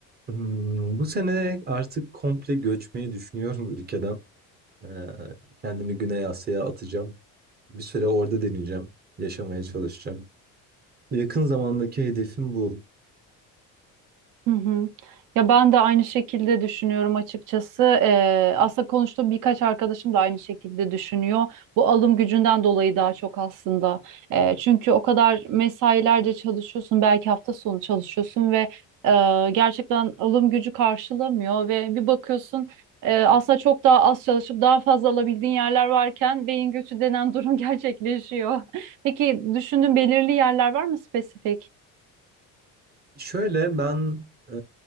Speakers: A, on the right; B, on the right.
A: Hmm, bu sene artık komple göçmeyi düşünüyorum ülkeden. Ee, kendimi Güney Asya'ya atacağım. Bir süre orada deneyeceğim. Yaşamaya çalışacağım. Yakın zamandaki hedefim bu.
B: Hı hı. Ya ben de aynı şekilde düşünüyorum açıkçası. Ee, aslında konuştuğum birkaç arkadaşım da aynı şekilde düşünüyor. Bu alım gücünden dolayı daha çok aslında. Ee, çünkü o kadar mesailerce çalışıyorsun, belki hafta sonu çalışıyorsun ve e, gerçekten alım gücü karşılamıyor ve bir bakıyorsun e, aslında çok daha az çalışıp daha fazla alabildiğin yerler varken beyin göçü denen durum <laughs> gerçekleşiyor. Peki düşündüğün belirli yerler var mı spesifik?
A: Şöyle ben e,